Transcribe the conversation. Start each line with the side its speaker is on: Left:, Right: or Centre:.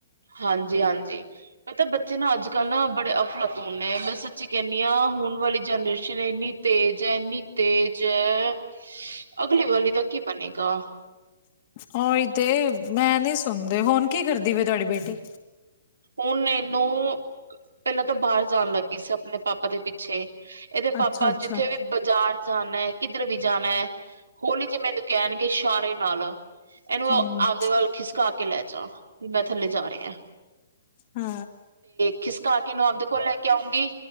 Right: ਹਾਂਜੀ-ਹਾਂਜੀ। ਮਤਲਬ ਬੱਚੇ ਨਾ ਅੱਜ-ਕੱਲ ਨਾ ਬੜੇ ਅਫਲਾਤੂਨ ਨੇ, ਮੈਂ ਸੱਚੀ ਕੈਣੀ ਆ ਹੁਣ ਵਾਲੀ ਜਨਰੇਸ਼ਨ ਏਨੀ ਤੇਜ ਐ-ਏਨੀ ਤੇਜ ਐ ਅਗਲੇ ਵਾਲੀ ਦਾ ਕੀ ਬਣੇਗਾ?
Left: ਉਈ ਤੇ ਮੈਂ ਨੀ ਸੁਣਦੇ ਹੁਣ ਕੀ ਕਰਦੀ ਪਈ ਏ ਤੁਆਡੀ ਬੇਟੀ?
Right: ਹੁਣ ਏਨੂੰ ਪੈਲਾਂ ਤਾ ਬਾਹਰ ਜਾਣ ਲੱਗੀ ਸੀ ਅਪਣੇ ਪਾਪਾ ਦੇ ਪਿੱਛੇ ਏਦੇ ਪਾਪਾ
Left: ਅੱਛਾ-ਅੱਛਾ
Right: ਜਿੱਥੇ ਵੀ ਬਾਜ਼ਾਰ ਜਾਣਾ ਕਿੱਧਰੇ ਵੀ ਜਾਣਾ ਹੋਲੀ ਜੇ ਮੈਨੂੰ ਕੈਣ ਇਸ਼ਾਰੇ ਨਾਲ ਏਨੂੰ
Left: ਹੂੰ
Right: ਆਪਦੇ ਵੱਲ ਖਿਸਕਾ ਕੇ ਲੈ ਜਾ ਮੈਂ ਥੱਲੇ ਜਾ ਰੇਆ।
Left: ਹੂੰ।
Right: ਖਿਸਕਾ ਕੇ ਏਨੂੰ ਆਪਦੇ ਕੋਲ ਲੈ ਕੇ ਆਉਂਗੀ,